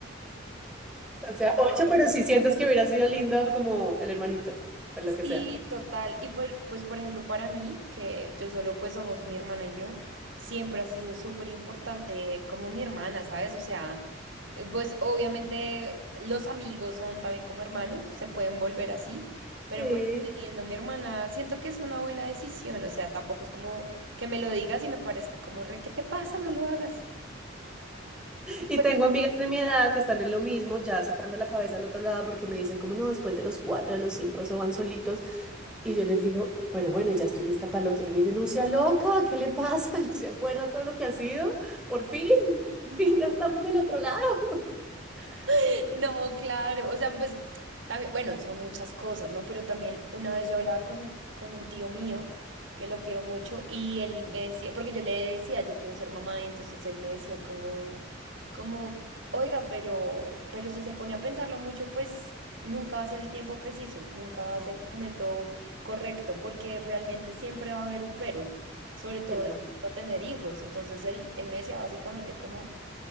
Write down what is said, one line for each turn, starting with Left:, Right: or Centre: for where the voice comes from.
Centre: O sea, ocho, pero si sientes que hubiera sido lindo como el hermanito, o lo que
Right: Sí,
Centre: sea.
Right: total. Y por- pues, por ejemplo, para mí, que yo solo pues somos mi hermana y yo, siempre ha sido súper importante como mi hermana, ¿sabes? O sea, eh, pues obviamente los amigos son también como hermanos, se pueden volver así, pero
Centre: Sí.
Right: pues teniendo mi hermana, siento que es una buena decisión. O sea, tampoco es como que me lo digas y me parezca como, re, ¿qué te pasa? No lo hagas.
Centre: Y
Right: Pues
Centre: tengo amigas de mi edad que están en lo mismo, ya sacando la cabeza al otro lado porque me dicen como no, después de los cuatro, de los cinco, eso van solitos. Y yo les digo, pero bueno, ya estoy lista para el otro. Y me dicen, no sea loca, ¿qué le pasa? <laughs> ¿No se acuerda todo lo que ha sido? Por fin, por fin, ya estamos del otro lado. <laughs> Entonces,
Right: <laughs> No, claro, o sea, pues también, bueno, son muchas cosas, ¿no? Pero también una vez yo hablaba con, con un tío mío, que lo quiero mucho, y él me decía, porque yo le decía, yo quiero ser mamá, y entonces él me decía como, como, oiga, pero, pero si se pone a pensarlo mucho, pues nunca va a ser el tiempo preciso, nunca va a
Centre: mm,
Right: ser el momento correcto, porque realmente siempre va a haber un pero, sobre todo
Centre: Siempre.
Right: en
Centre: va-
Right: cuanto a tener hijos. Entonces él, él me decía básicamente como